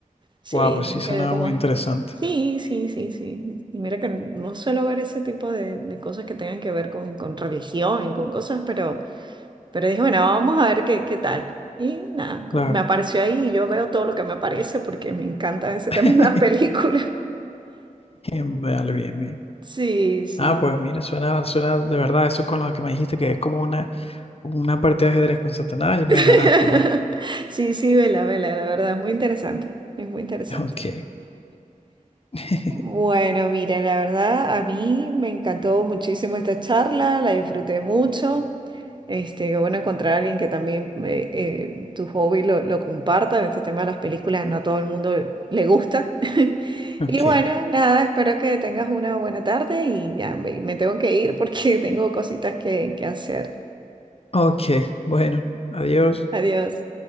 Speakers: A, on the right; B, on the left.
A: Sí,
B: Wow,
A: hay
B: pues sí sonaba
A: que ver cómo
B: muy
A: es.
B: interesante.
A: Sí, sí, sí, sí. Y mira que no suelo ver ese tipo de, de cosas que tengan que ver con, con religión y con cosas, pero, pero dije, bueno, vamos a ver qué, qué tal. Y nada,
B: Claro.
A: co- me apareció ahí y yo veo todo lo que me aparece porque me encanta ese
B: <laughs>
A: <laughs> tema en las películas.
B: Vale, bien, bien.
A: Sí, sí.
B: Ah, pues mira, suena, suena de verdad eso con lo que me dijiste, que es como una, una partida de ajedrez con Satanás y me
A: <laughs>
B: ganaste ya.
A: Sí, sí, vela, vela, la verdad, es muy interesante. Es muy interesante.
B: Ok. <laughs>
A: Bueno, mira, la verdad a mí me encantó muchísimo esta charla, la disfruté mucho. Este, qué bueno encontrar a alguien que también eh, eh, tu hobby lo, lo comparta. Este tema de las películas no a todo el mundo le gusta. <laughs>
B: Ok.
A: Y bueno, nada, espero que tengas una buena tarde y ya me, me tengo que ir porque <laughs> tengo cositas que, que hacer.
B: Ok. Bueno, adiós.
A: Adiós.